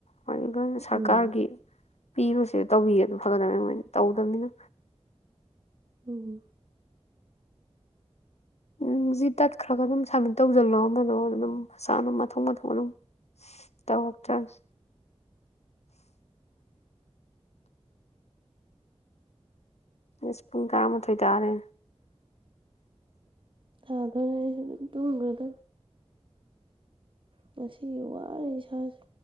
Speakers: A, on the left; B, on the right.
A: <unintelligible> ꯁꯔꯀꯥꯔꯒꯤ
B: ꯎꯝ
A: ꯄꯤꯕꯁꯦ ꯇꯧꯕꯤꯔꯗꯤ ꯐꯒꯗꯝꯅꯦ ꯃꯣꯏꯅ ꯇꯧꯗꯝꯅꯤꯅ
B: <unintelligible>
A: ꯎꯝ ꯖꯤ ꯇꯠꯈ꯭ꯔꯒ ꯗꯨꯝ ꯁꯝꯃꯤꯠ ꯇꯧꯖꯜꯂꯣ ꯗꯨꯗꯨꯒ ꯑꯗꯨꯝ ꯃꯁꯥꯗꯣ <unintelligible> ꯇꯧꯔꯛꯇ꯭ꯔꯥꯅꯦ ꯑꯁ ꯄꯨꯡ ꯇꯔꯥꯃꯥꯊꯣꯏ ꯇꯥꯔꯦ
B: ꯇꯥꯗꯣꯔꯦ ꯑꯩꯖꯨ ꯗꯨꯝ ꯇꯨꯝꯒ꯭ꯔꯗꯧꯅꯤ ꯉꯁꯤꯒꯤ ꯋꯥꯔꯦ ꯏꯁꯥꯖꯤ